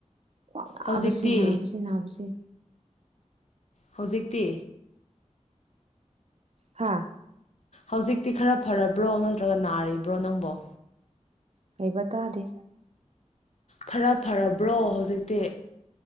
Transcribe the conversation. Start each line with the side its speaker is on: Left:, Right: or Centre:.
Right: ꯀꯥꯛ ꯅꯥꯕꯁꯤ
Left: ꯍꯧꯖꯤꯛꯇꯤ
Right: ꯅꯥꯕꯁꯤ ꯅꯥꯕꯁꯤ
Left: ꯍꯧꯖꯤꯛꯇꯤ
Right: ꯍꯥꯥ
Left: ꯍꯧꯖꯤꯛꯇꯤ ꯈꯔ ꯐꯔꯕ꯭ꯔꯣ ꯅꯠꯇ꯭ꯔꯒ ꯅꯥꯔꯤꯕ꯭ꯔꯣ ꯅꯪꯕꯣ
Right: ꯀꯩꯕꯇꯥꯗꯦ
Left: ꯈꯔ ꯐꯔꯕ꯭ꯔꯣ ꯍꯧꯖꯤꯛꯇꯤ